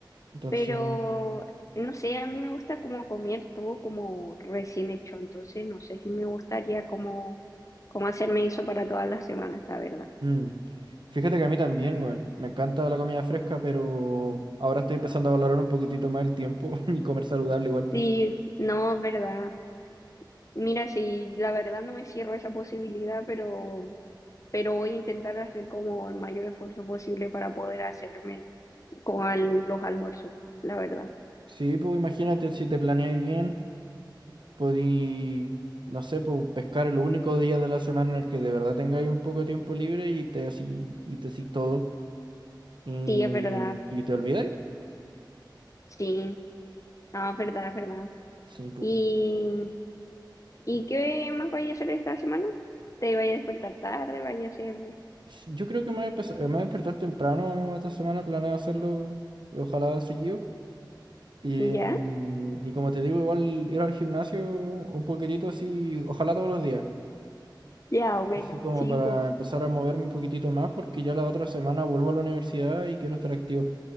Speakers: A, on the right; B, on the left.
A: Entonces,
B: pero no sé, a mí me gusta como comer todo como recién hecho, entonces no sé si me gustaría como, como hacerme eso para todas las semanas, la verdad.
A: mm. Fíjate que a mí también, weón. Me encanta la comida fresca, pero ahora estoy empezando a valorar un poquitito más el tiempo <laughs> y comer saludable igual, pues.
B: Sí, no, es verdad. Mira, sí, la verdad no me cierro esa posibilidad, pero pero voy a intentar hacer como el mayor esfuerzo posible para poder hacerme con al- los almuerzos, la verdad.
A: Sí, pues imagínate si te planeáis bien. podí, no sé, pues, pescar el único día de la semana en el que de verdad tengáis un poco de tiempo libre y te así, y te hacís todo y,
B: Sí, es verdad,
A: y te olvidáis.
B: sí, no, es verdad, es verdad.
A: Sí, pues,
B: ¿Y, y qué más vaya a hacer esta semana? ¿Te vaya a despertar tarde? ¿Vaya a hacer
A: sí, yo creo que me voy a empeza- me voy a despertar temprano esta semana, planeo hacerlo, ojalá seguido. Y,
B: ya?
A: mm, y como te digo, igual ir al gimnasio un poquitito así, ojalá todos los días.
B: Ya, buena,
A: Así como
B: sí,
A: para
B: po.
A: empezar a moverme un poquitito más, porque ya la otra semana vuelvo a la universidad y quiero estar activo.